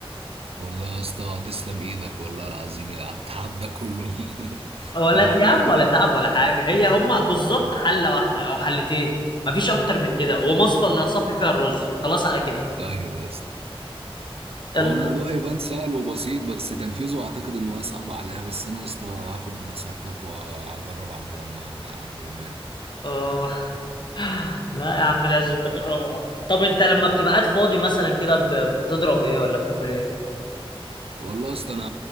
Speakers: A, on the right; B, on the left.
A: والله يا اسطى تسلم ايدك والله العظيم على التعب ده كله <laughs>
B: ولا
A: هو
B: يا
A: الموضوع
B: عم ولا تعب ولا حاجة هي هما بالظبط
A: <laughs>
B: حلة واحدة أو حلتين مفيش أكتر من كده ومصفى اللي هتصفي فيها الرز خلاص على كده
A: ايوه يا اسطى
B: يلا
A: هو الموضوع يبان سهل وبسيط بس تنفيذه اعتقد ان هو صعب عليا بس انا يا اسطى هاخد بنصيحتك وهجرب اعملها النهارده يا عم وماله
B: آه <laughs> <sighs> لا يا عم لازم تجربها طب أنت لما بتبقى قاعد فاضي مثلا كده ب- بتضرب إيه ولا بتاكل إيه؟
A: والله يا اسطى انا